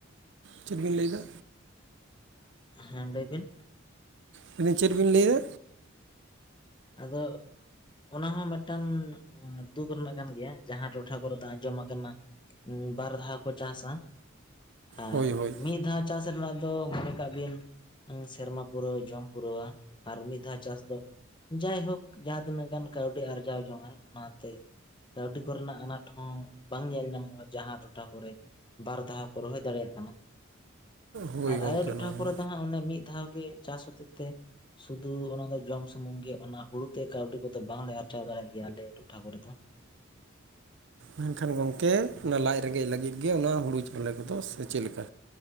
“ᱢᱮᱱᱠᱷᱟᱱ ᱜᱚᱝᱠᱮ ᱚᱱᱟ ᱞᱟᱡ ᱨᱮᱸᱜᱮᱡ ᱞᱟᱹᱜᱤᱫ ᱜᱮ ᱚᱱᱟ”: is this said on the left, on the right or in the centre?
Right